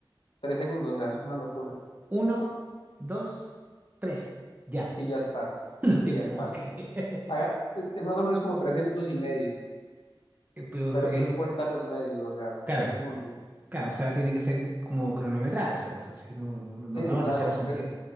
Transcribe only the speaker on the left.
Tres segundos, o sea, es una locura.
Y ya está,
y
ya está.
Haga, es es más o menos como tres segundos y medio,
pero
¿quién cuenta los medios? O sea,
tres segundos.
Sí,
sí, claro.
e-